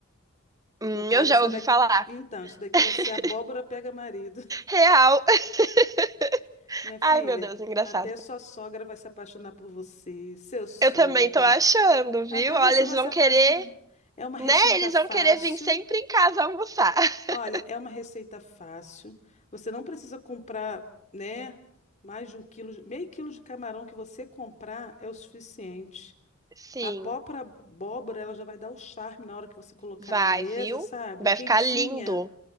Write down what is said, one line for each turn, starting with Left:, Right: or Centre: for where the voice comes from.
Right: Hum,
Left: No caso,
Right: eu já
Left: essa
Right: ouvi
Left: daqui,
Right: falar.
Left: então, isso daqui
Right: <laughs>
Left: vai ser abóbora pega marido.
Right: Real. <laughs>
Left: <laughs> Minha filha,
Right: Ai, meu Deus, engraçado.
Left: até sua sogra vai se apaixonar por você, seu sogro.
Right: Eu também tô achando,
Left: Até
Right: viu? Olha,
Left: você
Right: eles
Left: vai
Right: vão
Left: se apaixonar.
Right: querer
Left: É uma receita
Right: Né? Eles
Left: fácil
Right: vão querer vir sempre em casa almoçar. <laughs>
Left: Olha, é uma receita fácil. Você não precisa comprar, né, mais de um quilo, de- meio quilo de camarão que você comprar é o suficiente.
Right: Sim,
Left: A própria abóbora, ela já vai dar o charme na hora que você colocar
Right: vai,
Left: na mesa,
Right: viu?
Left: sabe?
Right: Vai
Left: Quentinha.
Right: ficar lindo.